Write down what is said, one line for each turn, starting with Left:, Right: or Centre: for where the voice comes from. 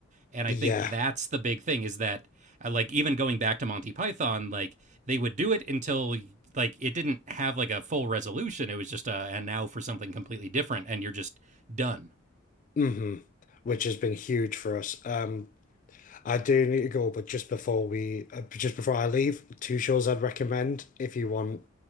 Right: and I
Left: yeah,
Right: think that's the big thing is that uh, like even going back to Monty Python, like they would do it until like it didn't have like a full resolution. It was just a and now for something completely different, and you're just done.
Left: hmm which has been huge for us. Um, I do need to go, but just before we, uh, just before I leave, two shows I'd recommend if you want